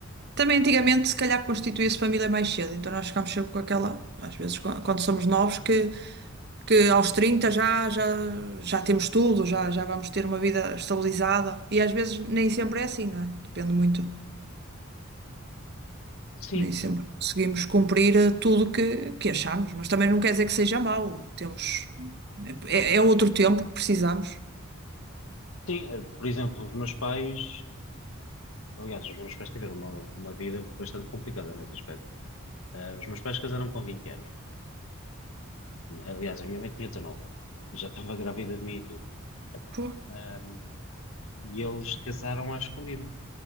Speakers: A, on the right; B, on the left.
A: Também antigamente, se calhar, constituía-se família mais cedo, então nós ficámos sempre com aquela, às vezes, quan- quando somos novos, que, que aos 30 já, já, já temos tudo, já, já vamos ter uma vida estabilizada. E às vezes nem sempre é assim, não é? Depende muito.
B: Sim,
A: Nem sempre conseguimos cumprir eh, tudo que, que achamos, mas também não quer dizer que seja mau. Temos, é, é outro tempo que precisamos.
B: Sim, eh, por exemplo, os meus pais, aliás, os meus pais tiveram uma, uma vida bastante complicada nesse aspecto. Eh, os meus pais casaram com 20 anos. Aliás, a minha mãe tinha 19 e já estava grávida de mim e tudo.
A: Pô,
B: Ahm, e eles casaram à escondida.